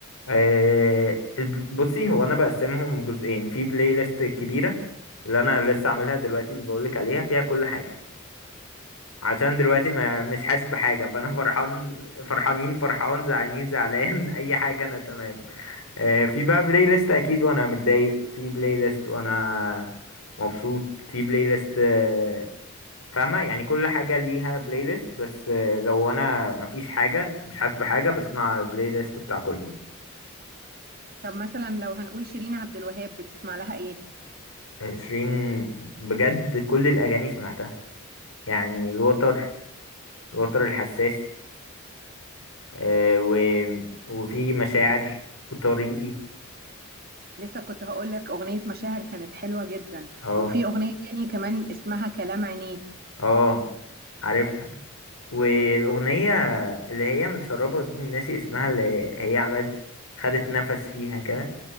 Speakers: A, on the left; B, on the right.
A: آه، الب- بصي هو انا بقسمهم جزئين في بلاي ليست كبيره اللي انا لسه عاملها دلوقتي اللي بقولك عليها فيها كل حاجه عشان دلوقتي ما مش حاسس بحاجه فانا <laughs> فرحان فرحانين فرحان زعلانين زعلان <laughs> اي حاجه انا تمام آه، في بقى بلاي ليست اكيد وانا متضايق في بلاي ليست وانا مبسوط في بلاي ليست آه، فاهمه يعني كل حاجه ليها بلاي ليست بس آه، لو انا مفيش حاجه مش حاسس بحاجه بسمع البلاي ليست بتاع كله
B: طب مثلا لو هنقول شيرين عبد الوهاب بتسمع لها ايه
A: شيرين بجد كل الأغاني سمعتها يعني الوتر الوتر الحساس آه و... وفي مشاعر وطريقي
B: لسه كنت هقول لك اغنية مشاعر كانت حلوة جدا
A: اه
B: وفي اغنية تاني كمان اسمها كلام عينيه
A: اه عارفها والأغنية اللي هي متسربة دي ناسي اسمها اللي هي عملت خدت نفس فيها كده